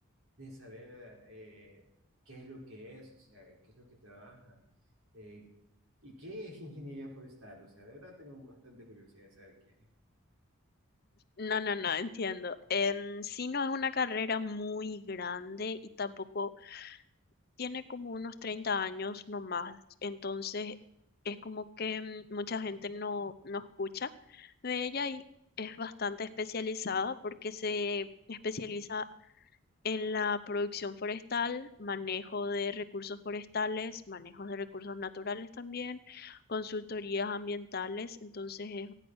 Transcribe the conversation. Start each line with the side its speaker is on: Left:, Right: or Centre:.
Right: de saber eh, qué es lo que es, o sea, qué es lo que trabaja eh, y qué es ingeniería forestal. O sea, de verdad tengo bastante curiosidad de saber qué es.
Left: No, no, no, entiendo. En sí no es una carrera muy grande y tampoco tiene como unos 30 años no más, entonces es como que mm, mucha gente no, no escucha de ella y es bastante especializada porque se especializa en la producción forestal, manejo de recursos forestales, manejo de recursos naturales también, consultorías ambientales, entonces es